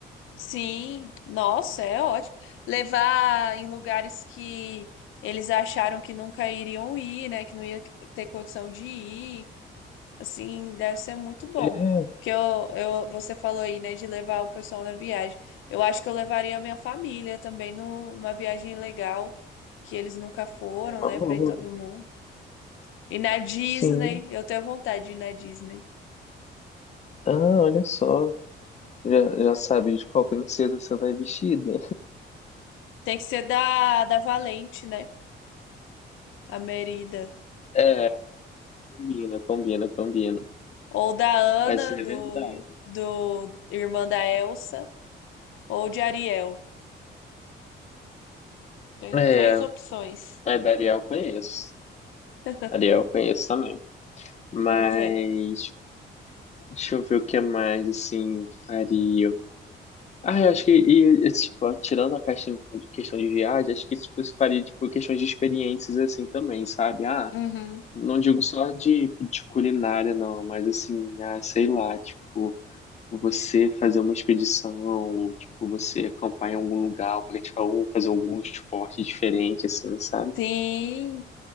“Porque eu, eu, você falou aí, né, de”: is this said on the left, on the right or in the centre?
Left